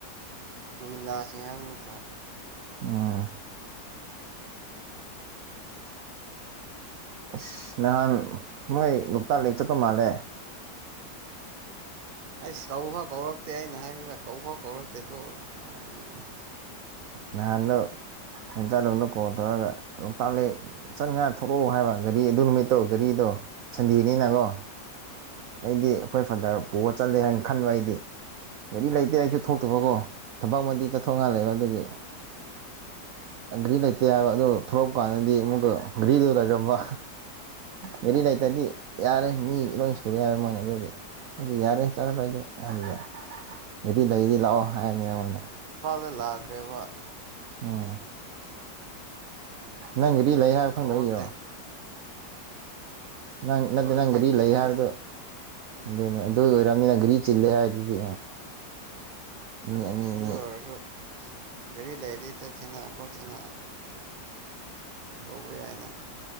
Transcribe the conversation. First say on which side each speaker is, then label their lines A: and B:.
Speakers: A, on the right; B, on the right.
A: ꯕꯤꯟꯗꯁ ꯅꯠꯇ꯭ꯔꯣ
B: ꯑꯣ ꯑꯁ ꯅꯍꯥꯟ ꯃꯣꯏ ꯂꯣꯛꯇꯥꯛ ꯂꯦꯛ ꯆꯠꯄ ꯃꯥꯜꯂꯦ
A: ꯑꯩꯁ ꯀꯧꯕ ꯐꯥꯎ ꯀꯧꯔꯛꯇꯦ ꯑꯩꯅ ꯍꯥꯏꯕꯤꯕ ꯀꯧꯕꯥꯎ ꯀꯧꯔꯛꯇꯦꯀꯣ ꯍꯥꯏꯅꯦ
B: ꯅꯍꯥꯟꯗꯣ ꯅꯦꯟꯆꯥꯥꯂꯣꯗ ꯀꯣꯜ ꯇꯧꯔꯒ ꯂꯣꯛꯇꯥꯛ ꯂꯦꯛ ꯆꯠ ꯉꯥ ꯊꯂꯛꯑꯣ ꯍꯥꯏꯕ ꯒꯥꯔꯤ ꯑꯗꯨ ꯅꯨꯃꯤꯠꯇꯧ ꯒꯥꯔꯤꯗꯣ ꯁꯟꯗꯦꯅꯤꯅꯀꯣ ꯑꯩꯗꯤ ꯑꯩꯈꯣꯏ ꯐꯥꯗꯔ
A: ꯎꯝ
B: ꯄꯨꯒ ꯆꯠꯂꯦ ꯍꯥꯏꯅ ꯈꯟꯕ ꯑꯩꯗꯤ ꯒꯥꯔꯤ ꯂꯩꯇꯦ ꯑꯩꯁꯨ ꯊꯣꯛꯇꯕꯀꯣ
A: ꯎꯝ
B: ꯊꯕꯛꯃꯗꯤ ꯆꯠꯊꯣꯛ ꯉꯥꯏꯍ ꯂꯩꯕ ꯑꯗꯨꯒꯤ
A: ꯎꯝ
B: ꯘ꯭ꯔꯤ ꯂꯩꯇꯦ ꯍꯥꯏꯕ ꯑꯗꯨ ꯊꯣꯛꯂꯛꯄ ꯀꯥꯟꯗꯗꯤ ꯑꯃꯨꯛꯀ ꯘ꯭ꯔꯤꯗꯨ ꯂꯩꯔꯝꯕ ꯒꯥꯔꯤ ꯂꯩꯇꯗꯤ ꯌꯥꯔꯦ
A: ꯎꯝ
B: ꯃꯤ ꯂꯣꯏ ꯁꯨꯔꯦ ꯍꯥꯏꯕ ꯃꯣꯏꯅ ꯑꯗꯨꯒꯤ ꯑꯗꯨ ꯌꯥꯔꯦ ꯆꯠꯂꯔꯣꯏꯗ ꯑꯗꯨꯗ ꯘꯔꯤ ꯂꯩꯗꯤ ꯂꯥꯛꯑꯣ ꯍꯥꯏꯔꯅꯤ ꯃꯣꯏꯅ
A: ꯗ ꯂꯥꯛꯈ꯭ꯔꯦꯕ
B: ꯎꯝ ꯅꯪꯒꯗꯤ ꯂꯩ ꯍꯥꯏꯦ ꯐꯪꯗꯕ
A: ꯀꯧꯔꯛꯇꯦ
B: ꯏꯔꯣ ꯅꯪ ꯅꯠꯇꯦ
A: ꯍꯣꯏ
B: ꯅꯪ
A: ꯍꯥꯏꯕꯤꯗꯕꯩꯅꯤ
B: ꯒꯥꯔꯤ ꯂꯩ ꯍꯥꯏꯕꯗꯣ ꯑꯗꯨꯅꯤ ꯑꯗꯨ ꯑꯣꯏꯔꯕꯝꯅꯤꯅ ꯘ꯭ꯔꯤ ꯆꯤꯜꯂꯦ ꯍꯥꯏꯗꯨꯗꯤ ꯃꯤ ꯑꯅꯤ ꯑꯅꯤ
A: ꯑꯗꯨ ꯑꯣꯏꯔꯁꯨ ꯀꯔꯤ ꯂꯩꯗꯤ ꯆꯠꯁꯤꯅ ꯀꯁꯤꯅ ꯇꯧꯕ ꯌꯥꯏꯅ